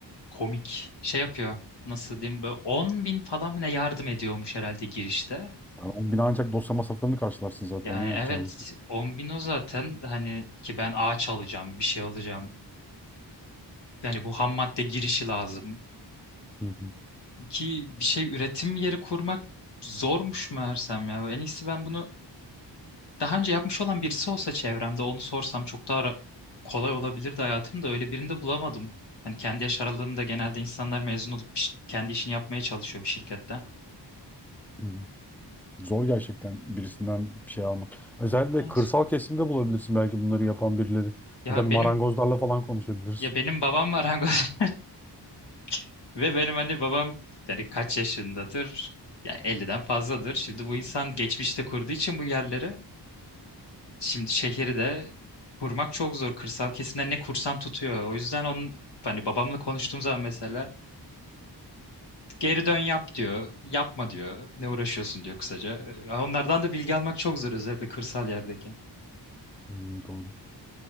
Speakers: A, on the left; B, in the centre.
A: komik şey yapıyor. Nasıl diyeyim böyle 10 bin falan mı ne yardım ediyormuş herhalde girişte.
B: Yani o bina ancak dosya masraflarını karşılarsın zaten
A: Yani
B: ya yapacağınız.
A: evet 10 bin o zaten hani ki ben ağaç alacağım bir şey alacağım Yani bu ham madde girişi lazım.
B: Hı hı.
A: Ki bir şey üretim yeri kurmak zormuş meğersem ya. En iyisi ben bunu daha önce yapmış olan birisi olsa çevremde onu sorsam çok daha ra- kolay olabilirdi hayatım da öyle birini de bulamadım. Hani kendi yaş aralığımda genelde insanlar mezun olup bir ş- kendi işini yapmaya çalışıyor bir şirkette.
B: Hı hı. Zor gerçekten birisinden bir şey almak. Özellikle
A: Evet.
B: kırsal kesimde bulabilirsin belki bunları yapan birileri.
A: Ya
B: Ya da marangozlarla
A: benim
B: falan konuşabilirsin.
A: ya benim babam marangoz <laughs> ve benim hani babam yani kaç yaşındadır? Yani 50'den fazladır. Şimdi bu insan geçmişte kurduğu için bu yerleri Şimdi şehri de kurmak çok zor. Kırsal kesimde ne kursan tutuyor. O yüzden onun hani babamla konuştuğum zaman mesela geri dön yap diyor. Yapma diyor. Ne uğraşıyorsun diyor kısaca. Ee, Onlardan da bilgi almak çok zor özellikle kırsal yerdeki.
B: Hmm, doğru.